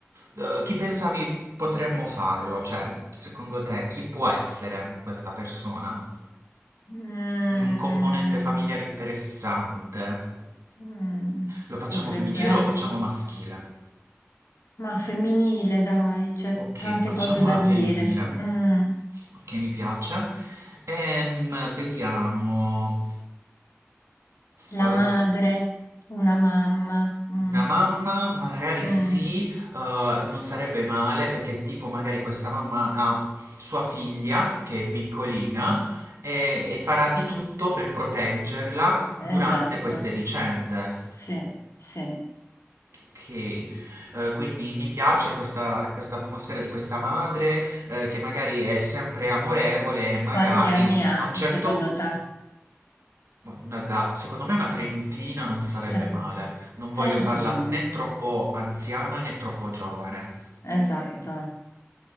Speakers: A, on the right (about 85°); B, on the left (about 80°).
A: eh, chi pensavi potremmo farlo? Cioè, secondo te, chi può essere questa persona?
B: Mm,
A: In un componente familiare interessante?
B: mm,
A: Lo facciamo
B: potrebbe
A: femminile
B: essere.
A: o lo facciamo maschile?
B: Ma femminile, dai, c'è
A: Ok,
B: tante
A: facciamo
B: cose da
A: la
B: dire.
A: femminile,
B: su- mm,
A: che mi piace. Ehm, vediamo.
B: la
A: eh,
B: madre, una mamma. mm,
A: una mamma, magari
B: mm,
A: sì, eh, non sarebbe male perché tipo magari questa mamma ha sua figlia che è piccolina e, e farà di tutto per proteggerla
B: esatto,
A: durante queste vicende.
B: sì, sì.
A: Ok, eh, quindi mi piace questa, questa atmosfera di questa madre eh, che magari è sempre amorevole, e magari
B: Quanti anni ha,
A: a un certo
B: secondo te?
A: una da- secondo me una trentina non sarebbe
B: 30.
A: male. Non
B: 30
A: voglio farla
B: anni,
A: né troppo anziana né troppo giovane.
B: Ok. esatto.